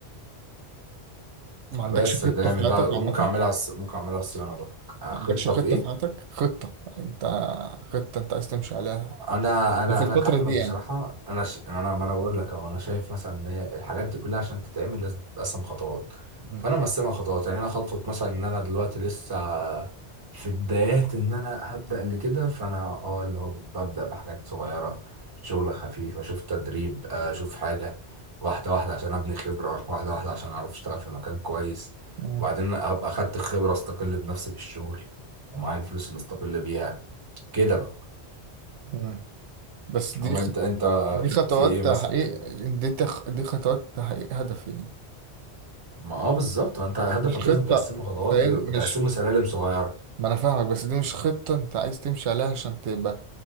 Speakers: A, on the right (about 80°); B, on the right (about 20°).
A: ما عندكش
B: بس ده
A: خطة
B: نعمل
A: في حياتك
B: بقى ممكن
A: عامة
B: اعملها الص- ممكن اعملها صيانه برضه آه،
A: ما
B: خطه
A: عندكش خطة
B: في ايه
A: في حياتك خطة انت خطة انت عايز تمشي عليها
B: انا انا
A: ده في
B: انا
A: الفترة
B: كاحمد
A: دي يعني
B: بصراحه انا ش... انا ما انا بقول لك اهو انا شايف مثلا ان هي الحاجات دي كلها عشان تتعمل لازم تتقسم خطوات
A: أمم.
B: فانا مقسمها خطوات يعني انا خطوه مثلا ان انا دلوقتي لسه في بدايات ان انا هبدا اللي كده فانا اه اللي هو ببدا بحاجات صغيره شغل خفيف اشوف تدريب آه، اشوف حاجه واحده واحده عشان ابني خبره واحده واحده عشان اعرف اشتغل في مكان كويس
A: أمم.
B: وبعدين ابقى اخدت الخبره استقل بنفسي في الشغل ومعايا الفلوس اللي استقل بيها كده بقى
A: أمم. بس دي
B: اما انت انت
A: دي خطوات
B: في ايه مثلا
A: تحقيق
B: في دماغك
A: دي تخ... دي خطوات تحقيق هدفين
B: ما اه بالظبط ما انت هدفك
A: مش خطة
B: لازم تقسمه خطوات
A: فاهم
B: تقسمه
A: مش
B: سلالم صغيره
A: ما انا فاهمك بس دي مش خطة انت عايز تمشي عليها عشان تبقى